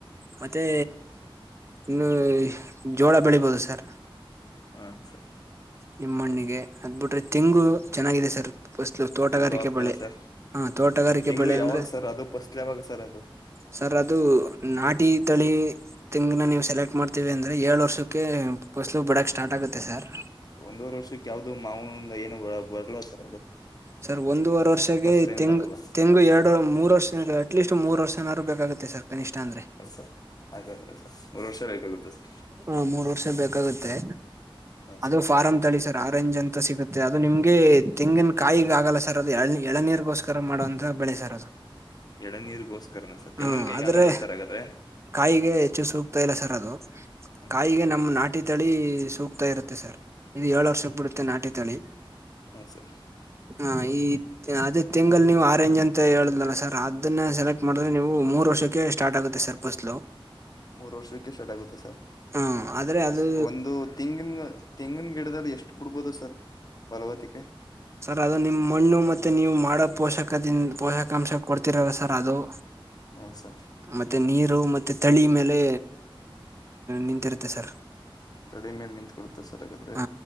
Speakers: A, on the right; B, on the left.
A: ಮತ್ತೆ ಇನ್ನು ಜೋಳ ಬೆಳಿಬೋದು ಸರ್.
B: ಹಾಂ ಸರ್.
A: ನಿಮ್ಮಣ್ಣಿಗೆ ಅದ್ಬಿಟ್ರೆ ತೆಂಗು ಚೆನ್ನಾಗಿದೆ ಸರ್ ಫಸ್ಲು ತೋಟಗಾರಿಕೆ
B: ತೆಂಗು ಹಾಕ್ಬೋದಾ
A: ಬೆಳೆ.
B: ಸರ್
A: ಹ ತೋಟಗಾರಿಕೆ
B: ತೆಂಗು
A: ಬೆಳೆ
B: ಯಾವಾಗ
A: ಅಂದ್ರೆ
B: ಸರ್ ಅದು ಪಸ್ಲ್ ಯಾವಾಗ ಸರ್ ಅದು.
A: ಸರ್ ಅದು ನಾಟಿ ತಳಿ ತೆಂಗ್ನ ನೀವು ಸೆಲೆಕ್ಟ್ ಮಾಡ್ತೀವಿ ಅಂದ್ರೆ ಏಳ್ ವರ್ಷಕ್ಕೆ ಫಸ್ಲು ಬಿಡಕ್ ಸ್ಟಾರ್ಟ್ ಆಗುತ್ತೆ ಸರ್.
B: ಸರ್ ಒಂದೂವರ್ ವರ್ಷಕ್ ಯಾವ್ದು ಮಾವುಂದ್ ಏನು ಬರ್ಲ ಸರ್ ಅದು.
A: ಸರ್ ಒಂದೂವರೆ ವರ್ಷಗೆ
B: ಫಸ್ಟ್ ಏನು
A: ತೆಂಗು
B: ಬರಲ್ವಾ
A: ತೆಂಗು ಎರಡ್ ಡು ಮೂರ್ ವರ್ಷ ಅಟ್ ಲೀಸ್ಟ್ ಮೂರ್ ವರ್ಷನಾರು ಬೇಕಾಗುತ್ತೆ ಸರ್. ಕನಿಷ್ಟ ಅಂದ್ರೆ.
B: ಹ ಸರ್ ಆದ್ರ ಸರ್ ಮೂರು ವರ್ಷಾಗುತ್ತ ಸರ್.
A: ಹಾ ಮೂರ್ ವರ್ಷ ಬೇಕಾಗುತ್ತೆ
B: ಹೌದು
A: ಅದು
B: ಸರ್
A: ಫಾರಂ ತಳಿ ಸರ್ ಆರೆಂಜ್ ಅಂತ ಸಿಗುತ್ತೆ ಅದು ನಿಮ್ಗೆ ತೆಂಗಿನ ಕಾಯಿಗಾಗಲ್ಲ ಸರ್ ಅದು ಎಳನೀರ್ಗೋಸ್ಕರ ಮಾಡುವಂಥ ಬೆಳೆ ಸರ್ ಅದು.
B: ಎಳನೀರಿಗೋಸ್ಕರನ ಸರ್ ತೆಂಗಿನಕಾಯ್ಗೆ
A: ಹ ಆದ್ರೆ
B: ಆಗಲ್ಲ ಸರ್ ಹಾಗಾದ್ರೆ.
A: ಕಾಯಿಗೆ ಹೆಚ್ಚು ಸೂಕ್ತ ಇಲ್ಲ ಸರ್ ಅದು
B: ಹ್ಞೂ
A: ಕಾಯಿಗೆ
B: ಸರ್
A: ನಮ್ಮ್ ನಾಟ್ ನಾಟಿ ತಳಿ ಸೂಕ್ತ ಇರುತ್ತೆ ಸರ್ ಇದು ಏಳು ವರ್ಷಕ್ ಬಿಡುತ್ತೆ ನಾಟಿ ತಳಿ.
B: ಹೌನ್ ಸರ್.
A: ಹಾ ಈ ಅದೇ ತಿಂಗಳ್ ನೀವು ಆರೆೇಂಜ್ ಅಂತ ಹೇಳುದನಲ್ಲ ಸರ್ ಅದನ್ನ ಸೆಲೆಕ್ಟ್ ಮಾಡಿದ್ರೆ ನೀವು ಮೂರು ವರ್ಷಕ್ಕೆ ಸ್ಟಾರ್ಟ್ ಆಗುತ್ತೆ ಸರ್. ಫಸ್ಲು.
B: ಮೂರ್ ವರ್ಷಕ್ಕೆ ಸ್ಟಾರ್ಟ್ ಆಗುತ್ತಾ ಸರ್
A: ಹ ಆದ್ರೆ ಅದು
B: ಸರ್ ಒಂದು ತೆಂಗನ ತೆಂಗಿನ್ ಗಿಡದಲ್ಲಿ ಎಷ್ಟು ಬಿಡ್ಬೋದು ಸರ್ ಪಲ್ವತಿಕೆ.
A: ಸರ್ ಅದು ನಿಮ್ ಮಣ್ಣು ಮತ್ತೆ ನೀವು ಮಾಡೋ ಪೋಷಕದಿಂದ್ ಪೋಷಕಾಂಶ ಕೊಡ್ತಿರಲ್ವ ಸರ್ ಅದು. <inaudible>
B: ಹ್ಂ ಸರ್
A: ಮತ್ತೆ ನೀರು ಮತ್ತೆ ತಳಿ ಮೇಲೆ ನಿಂತಿರುತ್ತೆ ಸರ್.
B: ತಳಿ ಮೇಲೆ ನಿಂತ್ಕೊಳ್ಳುತ್ತೆ ಸರ್ ಹಾಗಾದ್ರೆ.
A: ಹ